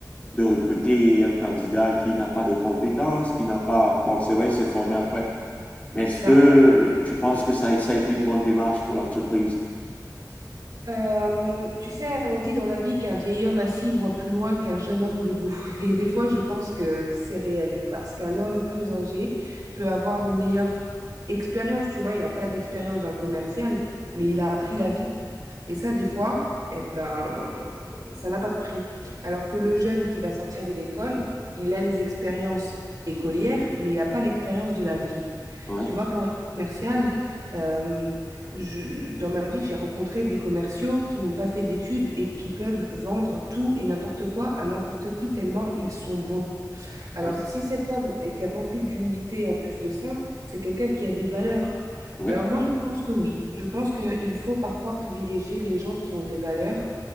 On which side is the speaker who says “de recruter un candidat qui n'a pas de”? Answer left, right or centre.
Left